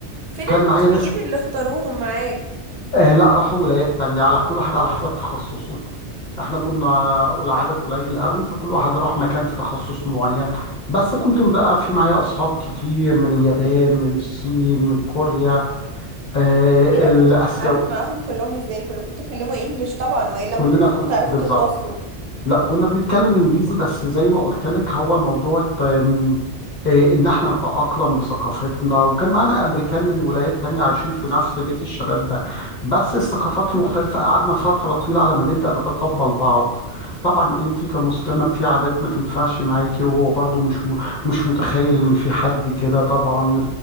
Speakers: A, on the right (about 75°); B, on the left (about 45°).
A: فين
B: كان
A: المصريين
B: معايا ناس
A: اللي اختاروهم معاك
B: آه لا راحوا ولايات تانية على كل واحد على حسب تخصصه احنا كنا العدد قليل قوي فكل واحد راح مكان في تخصص معين بس كنت بقى في معايا أصحاب كتير من اليابان من الصين من كوريا آه
A: ايه ده
B: الآسيا
A: كنت بتتعامل معاهم كلهم ازاي كلكم بتتكلموا انجليش طبعا والا
B: كلنا
A: ما كنتش
B: كنا
A: تعرفوا
B: بالظبط
A: تتواصلوا
B: لا كنا بنتكلم انجليزي بس زي ما قلت لك هو موضوع آم، إيه، ان احنا نتأقلم بثقافتنا وكان معانا امريكان من ولايات تانية عايشين في نفس بيت الشباب ده بس الثقافات مختلفة قعدنا فترة طويلة على ما نبدأ نتقبل بعض طبعا انت كمسلمة في عادات ما تنفعش معاكي وهو برضو مش م- مش متخيل ان في حد كده طبعا